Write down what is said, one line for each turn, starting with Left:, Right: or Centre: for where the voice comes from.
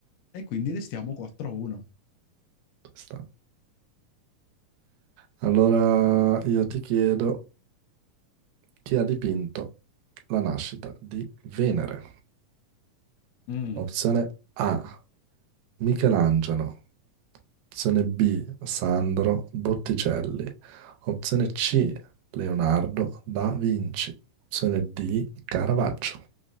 Left: E quindi restiamo 4 a 1.
Right: ci sta. Allora io ti chiedo chi ha dipinto la nascita di Venere?
Left: Mm.
Right: Opzione A, Michelangelo. Opzione B, Sandro Botticelli. Opzione C, Leonardo da Vinci. Opzione D, Caravaggio.